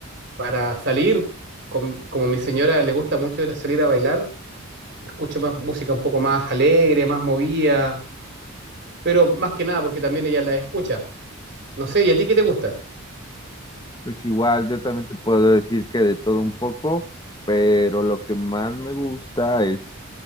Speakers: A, on the right; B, on the left.
A: Para salir, con- mi- como mi señora le gusta mucho ir a salir a bailar, escucho más música un poco más alegre, más movida, pero más que nada porque también ella la escucha. No sé, ¿y a ti qué te gusta?
B: Pues igual, yo también te puedo decir que de todo un poco, pero lo que más me gusta es